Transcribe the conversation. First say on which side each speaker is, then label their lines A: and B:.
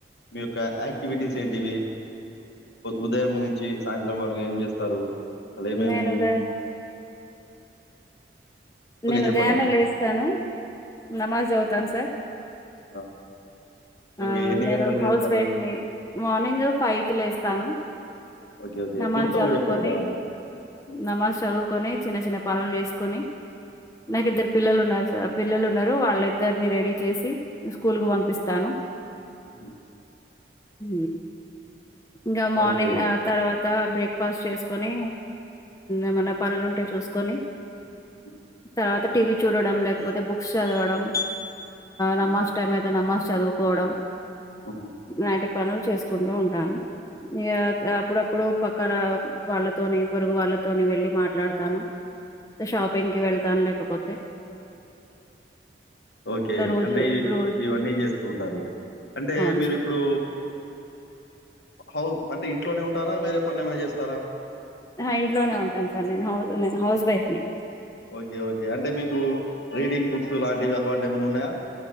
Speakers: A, on the left (about 65°); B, on the left (about 20°).
A: మీ యొక్క యాక్టివిటీస్ ఏంటివి ఉదయం నుంచి సాయంత్రం వరకు ఏం చేస్తారు అద్ ఏమేం
B: నేను ఉద నేను
A: చెప్పండి.
B: ఉదయాన్నే లేస్తాను నమాజ్ అవుతాను సార్
A: ఆ ఓకే.
B: ఆ
A: ఎన్ని
B: నేను
A: గంటలకు
B: హౌస్
A: లేస్తారు?
B: వైఫ్ ని మార్నింగ్ ఫైవ్ కి లేస్తాను
A: ఓకే. ఓకే.
B: నమాజ్
A: క్లుప్తంగా
B: చదువుకొని
A: జెప్పండి. ఆ!
B: నమాజ్ చదువుకొని చిన్న చిన్న పనులు చేసుకుొని నాకు
A: హుహు.
B: ఇద్దరు పిల్లలు ఉన్నారు సార్ పిల్లలు ఉన్నారు వాళ్ళిద్దరిని రెడీ చేసి స్కూల్కి పంపిస్తాను
A: హుహు.
B: హు ఇకా మార్నింగ్
A: ఓకే.
B: అ తర్వాత బ్రేక్ఫాస్ట్ చేసుకొని ఏమన్నా పనులుంటే చూసుకొని
A: అ
B: తర్వాత టీవీ చూడడం లేకపోతే బుక్స్ చదవడం
A: హ్మ్.
B: నమాజ్ టైమ్ అయితే నమాజ్ చదువుకో పోడం
A: హుహు.
B: ఇలాంటి పనులు చేసుకుంటూ ఉంటాను ఇ అప్పుడప్పుడు పక్కన వాళ్ళతోని పొరుగు వాళ్ళతోని వెళ్ళి మాట్లాడుతాను షాపింగ్ కి వెళ్తాను లేకపోతే
A: అ ఓకే
B: ఇలా రోజు
A: అంటే
B: రోజు
A: ఇవన్నీ చేస్తూ ఉంటారు అంటే
B: అవును
A: మీరు
B: సార్
A: ఇప్పుడు హౌస్ అంటే ఇంట్లోనే ఉంటారా వేరే పనులు ఏమైనా చేస్తారా
B: ఆ ఇంట్లోనే ఉంటాను సార్ నేను హౌ నేను హౌస్ వైఫ్ ని
A: ఓకే ఓకే అంటే మీకు రీడింగ్ బుక్స్ లాంటివి అలవాటు ఏమైనా ఉన్నాయా